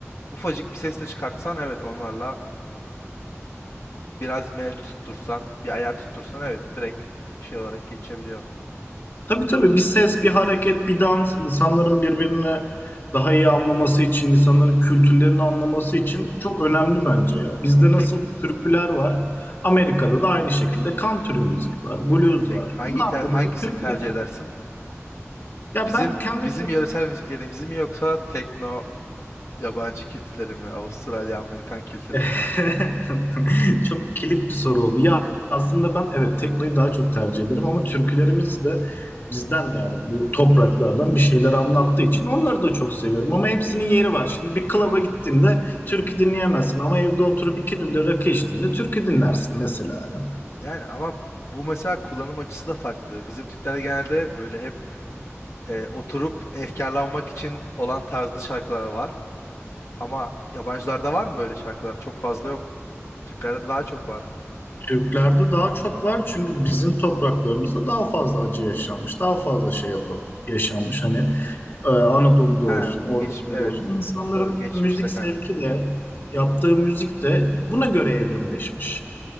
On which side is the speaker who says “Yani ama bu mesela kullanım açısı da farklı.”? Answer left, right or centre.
Left